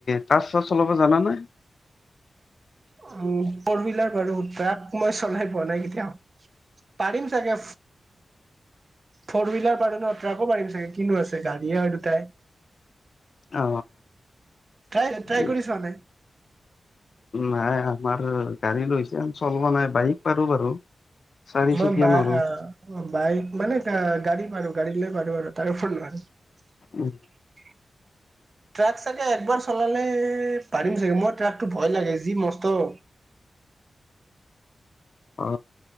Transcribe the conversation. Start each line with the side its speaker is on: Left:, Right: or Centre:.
Left: কাজ চাজ চলাব জানা নাই?
Right: অ। ফ'ৰ হুইলাৰ বাৰু তাত মই চলাই পোৱা নাই কেতিয়াও, পাৰিম চাগে, ফৰ হুইলাৰ পাৰো ন ট্ৰাকো পাৰিম চাগে কিনো আছে গাড়ীয়ে আৰু দুটাই
Left: অ।
Right: ট্ৰাই, ট্ৰাই
Left: উম,
Right: কৰিছ নাই?
Left: নাই আমাৰ গাড়ী লৈছে, চলোৱা নাই বাইক পাৰো বাৰু। চাৰিচকীয়া
Right: ম বা
Left: নোৱাৰো
Right: অ অ বাইক মানে আহ, গাড়ী পাৰো, গাড়ী ল পাৰো আৰু তাৰপৰত ন <inaudible>
Left: উম,
Right: ট্ৰাক চাগে একবাৰ চলালে পাৰিম চাগৈ মোৰ ট্ৰাকটো ভয় লাগে, যি মস্ত
Left: অ।